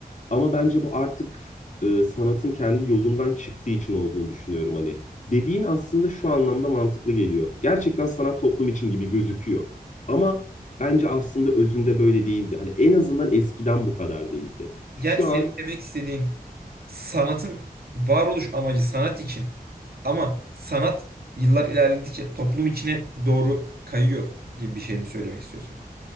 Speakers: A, on the left (about 50°); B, on the right (about 75°).
A: Ama bence bu artık e, sanatın kendi yolundan çıktığı için olduğunu düşünüyorum hani. Dediğin aslında şu anlamda mantıklı geliyor. Gerçekten sanat toplum için gibi gözüküyor. Ama bence aslında özünde böyle değildi. Hani en azından eskiden bu kadar değildi.
B: Yani
A: Şu
B: senin
A: an
B: demek istediğin sanatın varoluş amacı sanat için ama sanat yıllar ilerledikçe toplum içine doğru kayıyor gibi bir şey mi söylemek istiyorsun?